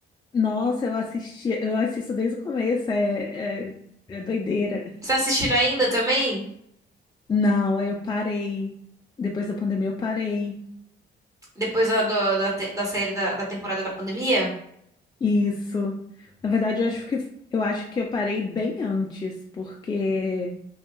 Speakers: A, on the left (about 20°); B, on the right (about 15°).
A: Nossa, eu assistia, eu assisto desde o começo, é, é, é doideira.
B: Você tá assistindo ainda também?
A: Não, aí eu parei. Depois da pandemia eu parei.
B: Depois da, do- da, te- da série da, da temporada da pandemia?
A: Isso. Na verdade, eu acho que eu acho que eu parei bem antes, porque